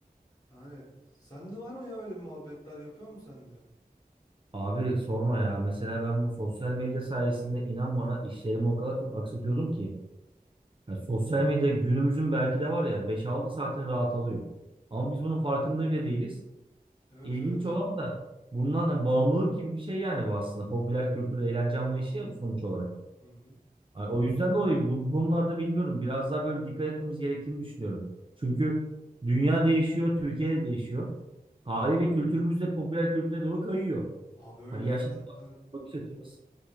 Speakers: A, on the left; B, on the right.
A: Yani sende var mı ya öyle bir muhabbetler yapıyor musun sen de
B: Abi sorma ya. Mesela ben bu sosyal medya sayesinde inan bana işlerimi o kadar çok aksatıyordum ki. Ya sosyal medya günümüzün belki de var ya beş altı saatin rahat alıyor. Ama biz bunun farkında bile değiliz.
A: Evet
B: İlginç
A: evet.
B: olan da bundan da bağımlılık gibi bir şey yani bu aslında. Popüler kültür, eğlence anlayışı ya bu sonuç olarak.
A: Hı hı.
B: Ay, O yüzden dolayı bu bu konularda bilmiyorum. Biraz daha böyle dikkat etmemiz gerektiğini düşünüyorum. Çünkü dünya değişiyor, Türkiye de değişiyor. Haliyle kültürümüz de popüler kültüre doğru kayıyor.
A: Abi öyle
B: Hani yaşlı
A: ya zaten.
B: bir bakış açımız.